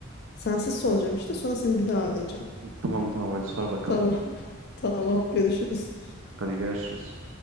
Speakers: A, on the left; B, on the right.
A: Sensiz soracağım işte. Sonra seni bir daha arayacağım.
B: Tamam tamam hadi sor bakalım.
A: Tamam. <laughs> Tamam. Görüşürüz.
B: Hadi görüşürüz.